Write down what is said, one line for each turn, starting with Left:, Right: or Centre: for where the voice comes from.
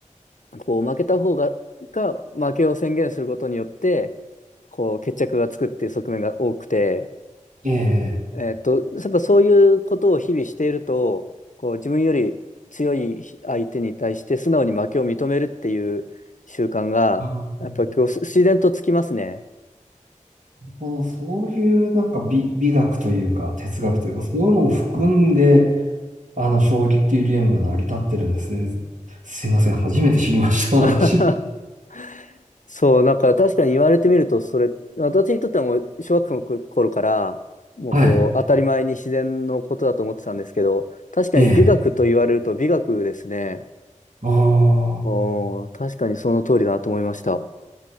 Left: こう、負けた方が、が負けを宣言することによって、こう、決着がつくっていう側面が多くて、
Right: ええ
Left: えっと、やっぱそういうことを日々していると、こう、自分より強い相手に対して素直に負けを認めるっていう習慣が、
Right: あーなる
Left: やっぱ今日自然とつきますね。
Right: ほど。そういうなんか美、美学というか、哲学というか、
Left: はい。
Right: そういうのも含んで、あの、将棋っていうゲームが成り立ってるんですね。すいません。初めて知りました、私。
Left: <laughs> そう、なんか確かに言われてみると、それ、私にとってはもう小学校の頃から、もうこう、
Right: はい。
Left: 当たり前に自然のことだと思ってたんですけど、確かに美学と言われると美学ですね。
Right: ええああ
Left: おー、確かにその通りだなと思いました。